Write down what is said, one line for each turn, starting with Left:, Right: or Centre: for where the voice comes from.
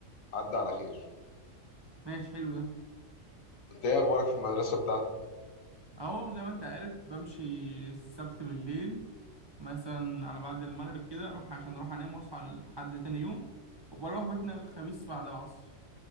Left: عدى على خير
Right: ماشي حلو ده
Left: انت ايه اخبارك في المدرسه بتاعتك
Right: اهو زي ما انت عارف بمشي السبت بالليل مثلا على بعد المغرب كده اروح عشان اروح انام واصحى لحد تاني يوم وبروح بيتنا الخميس بعد العصر